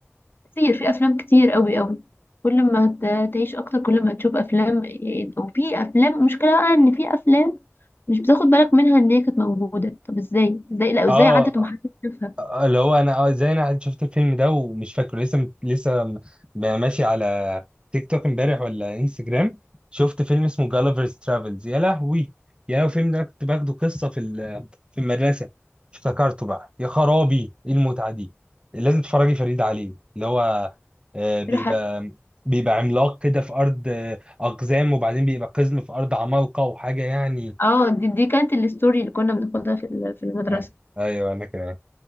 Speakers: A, on the left (about 50°); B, on the right (about 20°).
A: كتير في افلام كتير قوي قوي كل ما ت- تعيش اكتر كل ما تشوف افلام إيه، وفي افلام المشكله بقى ان في افلام مش بتاخد بالك منها ان هي كانت موجوده طب ازاي ازاي لا
B: اه
A: ازاي عدت ومحدش شافها
B: اللي هو انا اه زي انا قاعد شفت الفيلم ده ومش فاكره لسه لسه م- ماشي على تيك توك امبارح ولا انستجرام شفت فيلم اسمه جالفرز ترافلز يا لهوي يا لهوي الفيلم ده أنا كنت باخده قصه في ال- في المدرسه افتكرته بقى يا خرابي ايه المتعه دي لازم تتفرجي فريد عليه اللي هو آه، بيبقى
A: راح
B: بيبقى عملاق كده في ارض آه، اقزام وبعدين بيبقى قزم في ارض عمالقه وحاجه يعني
A: اه دي, دي كانت الستوري اللي كنا بناخدها في ال- في المدرسه
B: آه، ايوه انا كده